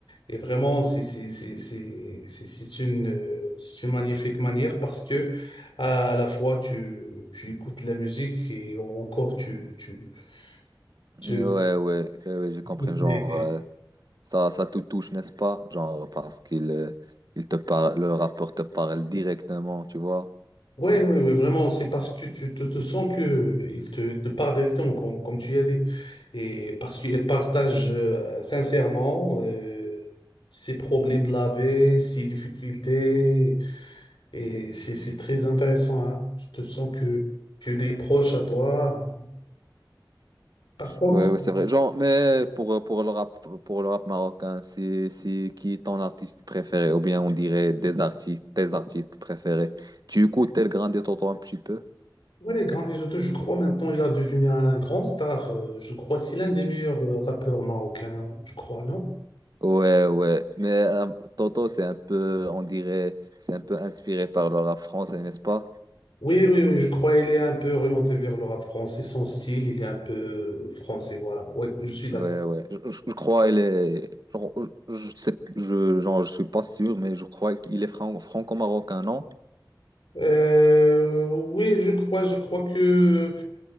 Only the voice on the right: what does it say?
Ouais, ouais, ouais, ouais, je comprends.
Genre,
euh, ça, ça te touche, n'est-ce pas? Genre, parce qu'il euh, il te parle, le rappeur te parle directement, tu vois.
Ouais, ouais, c'est vrai. Genre, mais pour, euh, pour le rap, pour le rap marocain, c'est, c'est qui ton artiste préféré? Ou bien on dirait des artistes, tes artistes préférés. Tu écoutes El Grande et Toto un petit peu?
Ouais, ouais. Mais euh, Toto, c'est un peu, on dirait, c'est un peu inspiré par le rap français, n'est-ce pas?
Ouais, ouais. Je, je- je crois il est. Genre, je sais, je, genre, je suis pas sûr, mais je crois qu'il est fran- franco-marocain, non?